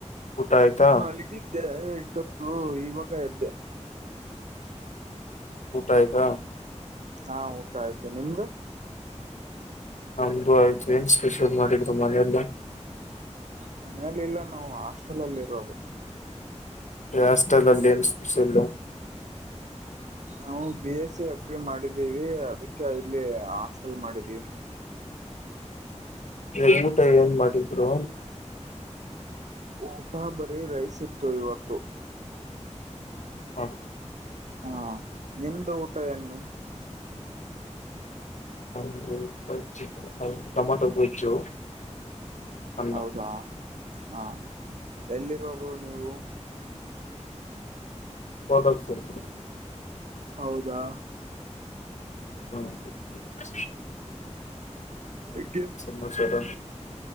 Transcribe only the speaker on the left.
ಊಟ ಆಯ್ತಾ
ಊಟ ಆಯಿತಾ
ನಮ್ದು ಆಯ್ತು ಏನ್ ಸ್ಪೆಷಲ್ ಮಾಡಿದ್ರು ಮನೆಯಲ್ಲ
ಹಾಸ್ಟೆಲಲ್ಲಿ ಏನ್ ಸ್ಪೆಷಲ್ಲು
ಈ ಊಟ ಏನ್ ಮಾಡಿದ್ರು
ಹಾ
ನಮ್ದು ಊಟ ಟೊಮಟೊ ಗೊಜ್ಜು ಅನ್ನ
<unintelligible>
ಹಾ
ಸಮಾಚಾರ